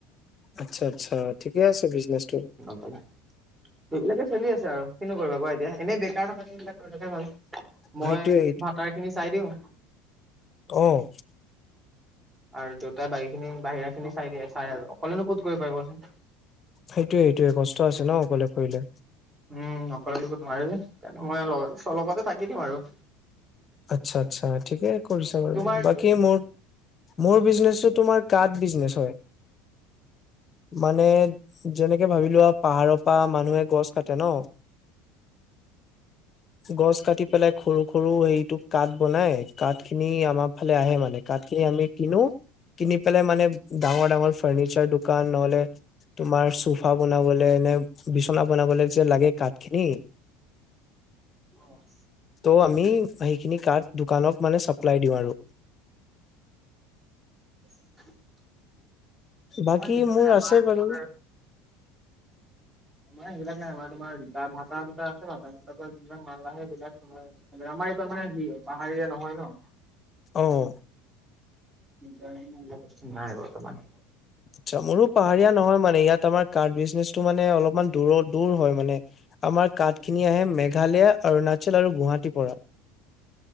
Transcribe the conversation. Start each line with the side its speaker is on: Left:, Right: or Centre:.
Left: আচ্ছা আচ্ছা ঠিকে আছে বিজনেচ টো।
Right: গম পালা। সেইবিলাকে চলি আছে আৰু কিনো কৰিবা কোৱা এতিয়া এনেই বেকাৰ থকাতকে সেইবিলাক কৰি থকায়ে ভাল। মই
Left: সেইটোয়ে
Right: ভাটাৰ খিনি চাই দিওঁ।
Left: অঁ!
Right: আৰু দেউতাই বাকীখিনি বাহিৰা খিনি চাই দিয়ে চাই আৰু অকলেনো ক'ত কৰিব পাৰিবচোন।
Left: সেইটোয়ে সেইটোৱে কষ্ট আছে ন অকলে কৰিলে।
Right: উমঁ অকলে কৰিব নোৱাৰে যে দিব মইলগতে থাকি দিও আৰু।
Left: আচ্ছা আচ্ছা ঠিকে কৰিছা বাৰু
Right: তোমাৰ
Left: বাকী
Right: কি?
Left: মোৰ মোৰ বিজনেচটো তোমাৰ- কাঠ বিজনেছ হয়ঁ। মানে যেনেকে ভাবিলোৱা পাহাৰৰ পৰা মানুহে গছ কাটে ন। গছ কাটি পেলাই সৰু সৰু এই। তোক কাঠ বনাই কাঠখিনি আমাৰ ফালে আহে মানে কাঠখিনি আমি কিনো। কিনি পেলাই মানে ডাঙৰ ডাঙৰ ফাৰ্ণিচাৰ দোকান নহ'লে তোমাৰ চোফা বনাবলে নে বিছনা বনাবলে যে লাগে কাঠখিনি।
Right: অ'।
Left: ত' আমি সেইখিনি কাঠ দোকানক মানে চাপ্লাই দিওঁ আৰু।
Right: <inaudible>
Left: বাকী
Right: আমাৰ সেইটো
Left: মোৰ
Right: নাই আমাৰ
Left: আছে
Right: তোমাৰ
Left: বাৰু।
Right: আমাৰ সেইবিলাক নাই আমাৰ তোমাৰ ভাতা দুটা আছে ভাতা দুটাৰ পৰা যিবিলাক মাল আহে সেইবিলাক তোমাৰ সেইবিলাক আমাৰ এইকণ মানে পাহাৰীয়া নহয় ন।
Left: অ'।
Right: নাই বৰ্তমান।
Left: আচ্ছা মোৰো পাহাৰীয়া নহয় মানে ইয়াত আমাৰ কাঠ বিজনেছটো মানে অলপমান দূৰত দূৰ হয় মানে। আমাৰ কাঠ ৎখিনি আহে মেঘালয়া অৰুণাচল আৰু গুৱাহাটীৰ পৰা।